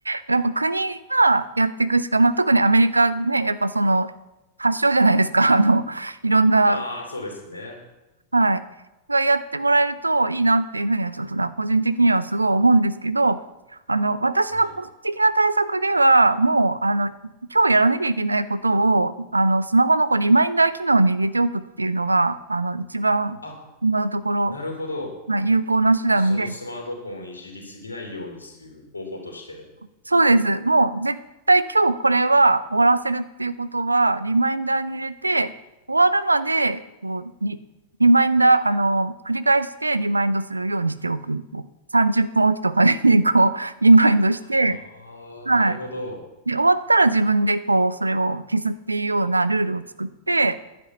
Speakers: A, on the right (about 80°); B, on the left (about 80°).
A: やっぱ国がやっていくしか、まあ、特にアメリカね、やっぱその発祥じゃないですか、<laughs> あの、いろんな、
B: まあ、そうですね。
A: はい、がやってもらえるといいなっていうふうにはちょっとな、個人的にはすごい思うんですけど、あの、私の個人的な対策では、
B: はい。
A: もう、あの、今日やらなきゃいけないことを、あの、スマホのこうリマインダー機能に入れておくっていうのが、あの、一番今のところ、
B: あ、なるほど。
A: まあ、有効な手段で、
B: そのスマートフォンいじりすぎないようにする方法として。
A: そうです。もう絶対今日これは終わらせるっていうことは、リマインダーに入れて、終わるまで、こう、リ、リマインダー、あの、繰り返してリマインドするようにしておく。こう30分おきとかに、<laughs> こう、<laughs> リマインドして、
B: ああ、
A: はい。
B: なるほど。
A: で、終わったら自分で、こう、それを消すっていうようなルールを作って、